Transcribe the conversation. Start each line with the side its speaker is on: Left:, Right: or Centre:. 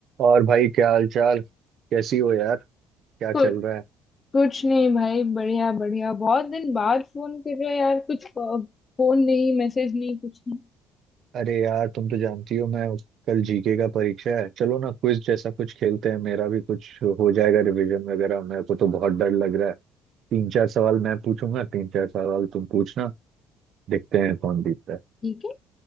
Right: और भाई क्या हाल चाल कैसी हो यार क्या चल
Left: कुछ
Right: रहा है
Left: कुछ नहीं भाई बढ़िया बढ़िया बहुत दिन बाद फोन कर रहे हो यार कुछ फोन नहीं मैसेज नहीं कुछ नहीं
Right: अरे यार तुम तो जानती हो मैं कल जीके का परीक्षा है चलो ना क्विज जैसा कुछ खेलते हैं मेरा भी कुछ हो जाएगा रिवीजन वगैरह मेरे को तो बहुत डर लग रहा है तीन चार सवाल मैं पूछूंगा तीन चार सवाल तुम पूछना देखते हैं कौन जीतता है
Left: ठीक है